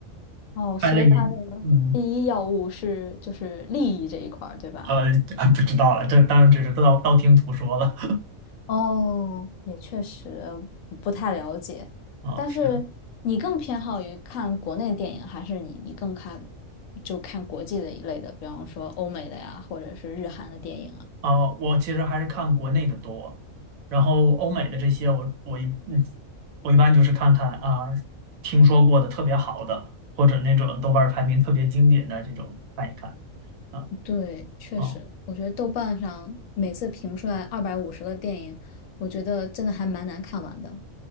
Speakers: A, on the left (about 80°); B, on the right (about 90°).
A: 哦，
B: 看了你，
A: 所以它的第一要务是就是利益这一块儿，
B: 嗯，
A: 对吧？
B: 呃，啊，不知道了，这当然只是道道听途说了，
A: 哦，也确实不不太了解。
B: <laughs> 啊，
A: 但是你更偏好于看国内电影，
B: 是。的。
A: 还是你你更看就看国际的一类的，比方说欧美的呀，或者是日韩的电影啊？
B: 呃，我其实还是看国内的多，然后欧美的这些我，我一嗯，我一般就是看看啊，听说过的特别好的，或者那种豆瓣儿排名特别经典的这种看一看啊
A: 对，确实，
B: 啊。
A: 我觉得豆瓣上每次评出来二百五十个电影，我觉得真的还蛮难看完的。